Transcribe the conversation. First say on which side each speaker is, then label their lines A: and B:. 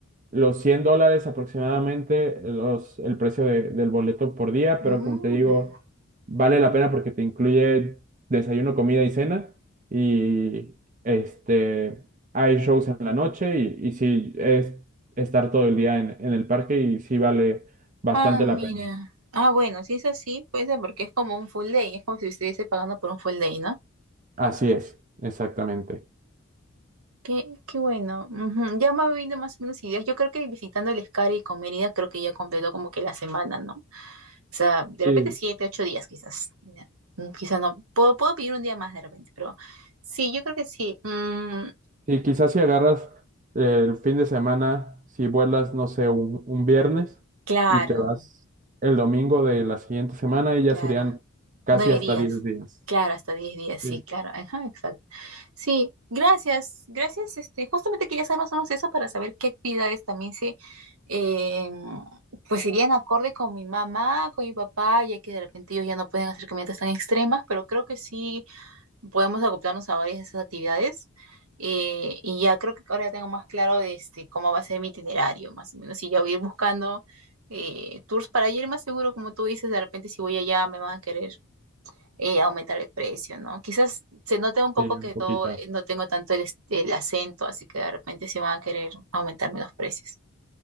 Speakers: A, on the right; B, on the right.
A: los 100 dólares aproximadamente los, el precio de- del boleto por día,
B: Mm.
A: pero como te digo, vale la pena porque te incluye desayuno, comida y cena y este, hay shows en la noche y, y sí es estar todo el día en, en el parque y sí vale bastante
B: Ah, mira.
A: la pena.
B: Ah, bueno, si es así, puede ser porque es como un full day, es como si estuviese pagando por un full day, ¿no?
A: Así es, exactamente.
B: Qué, qué bueno. Ujú. Ya me ha venido más o menos ideas. Yo creo que visitando el Escari y con Mérida creo que ya completó como que la semana, ¿no? O sea, de
A: Sí,
B: repente siete, ocho días quizás. Ya. Mm, Quizás no. Puedo, puedo pedir un día más de repente, pero sí, yo creo que sí. Mm,
A: y quizás si agarras el fin de semana, si vuelas, no sé, un, un viernes
B: claro,
A: y te vas el domingo de la siguiente semana y ya
B: claro.
A: serían casi
B: Nueve
A: hasta
B: días.
A: 10 días.
B: Claro, hasta diez días,
A: Sí,
B: sí, claro. Ajá, exacto. Sí, gracias, gracias. Este, justamente quería saber más o menos eso para saber qué actividades también se, eh, pues irían acorde con mi mamá, con mi papá, ya que de repente ellos ya no pueden hacer caminatas tan extremas, pero creo que sí podemos acoplarnos a varias de esas actividades. Eh, y ya creo que ahora tengo más claro de este, cómo va a ser mi itinerario, más o menos. Y ya voy a ir buscando eh, tours para ir más seguro, como tú dices, de repente si voy allá me van a querer eh, aumentar el precio, ¿no? Quizás se note un poco
A: sí, un
B: que
A: poquito.
B: no, eh, no tengo tanto el, est- el acento, así que de repente sí van a querer aumentarme los precios.